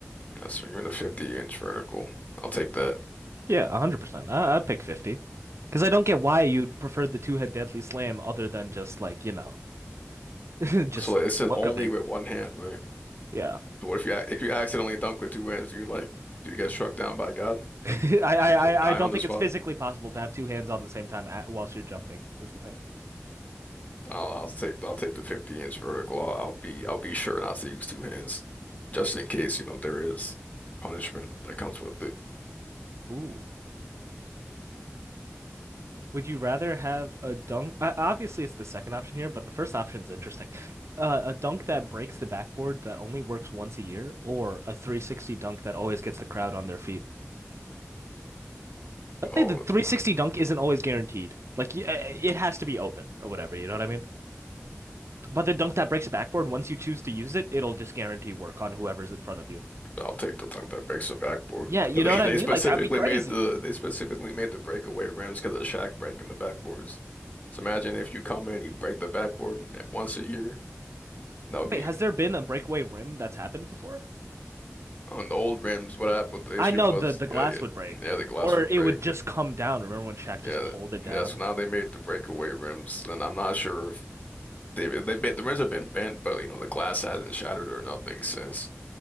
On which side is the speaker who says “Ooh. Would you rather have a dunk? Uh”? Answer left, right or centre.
Right